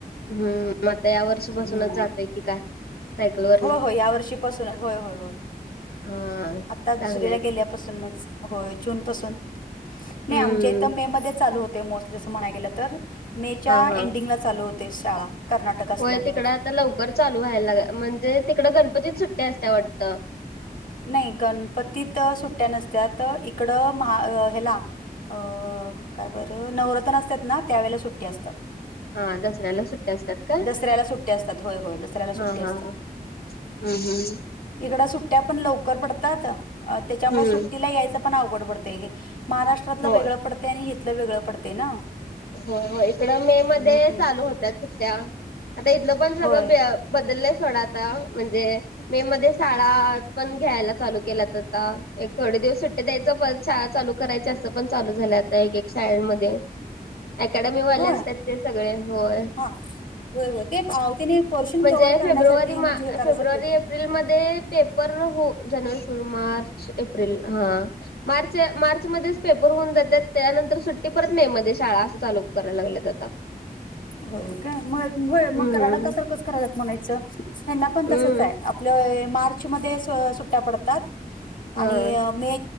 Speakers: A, on the left; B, on the left.
A: हम्म आता या वर्षीपासूनच
B: हम्म
A: जातोय की काय सायकल वरन.
B: होय होय या वर्षीपासूनच होय होय होय
A: हा
B: आतारीला
A: चांगलाय
B: गे.
A: की
B: आल्या पासून च होय जून पासून नाय
A: हम्म
B: आमच्या हिथं मे मध्ये चालू होत. मोस्टली अस म्हणाय गेलं तर मेच्या
A: हा हा
B: एंडिंग ला चालू होते शाळा. कर्नाटक असल्यामुळं
A: होय तिकडं आता लवकर चालू व्हायला म्हणजे तिकडं गणपती सुट्टी असते वाटतं.
B: नाही गणपतीत सुट्ट्या नसत्यात इकडं महा ह्याला. अ अ काय बरं नवरत्न असतात ना, त्यावेेळे सुट्टी असतात.
A: हा दसर्याला सुट्टे असतात. का
B: दसऱ्याला सुट्टी असतात होय होय दसऱ्याला सुट्टी
A: हा
B: असतात.
A: हा हा हम्म हम्म
B: इकड सुट्ट्या पण लवकर पडतात त्याच्यामुळे
A: हम्म.
B: सुट्टीला यायचं. पण अवघड पडत हे महाराष्ट्रातलं
A: होय
B: वेगळं पडतं आणि हथलं वेगळं पडतेय ना.
A: हो हो इकडं मे मध्ये
B: हम्म
A: चालू होतात सुध्या आता इथलं पण सगळं
B: होय
A: ब. बदललाय थोडा आता म्हणजे. मे मध्ये शाळा पण घ्यायला चालू केल्या आता एक थोडे दिवस सुट्टी द्यायचं पण. शाळा चालू करायच्या असं पण चालू झाल्या आता एक एक शाळेमध्ये. अकॅडमी वाले
B: होय
A: असतात ते सगळे होय.
B: हा होय होय ते त्याने पोर्शन
A: म्हणजे
B: कव्हर करण्यासाठी
A: फेब्रुवारी म
B: म्हणजे हे करायसाठी
A: फेब्रुवारी. प्रिलमध्येध्ये पेपर हो जानेवारी सुर मार्च एप्रिल हा. मार्च मार्च मध्येच पेपर होऊन जातात त्यानंतर सुट्टी परत मे मध्ये शाळा अस. लू कराय लागलेत आता
B: हो काय होय
A: हम्म
B: मग कराडा कसारखंच करायलात म्हणायचं हना पण
A: हम्म
B: तसंच आहे. आप मार्च म्या पतात
A: हा
B: आणि मे.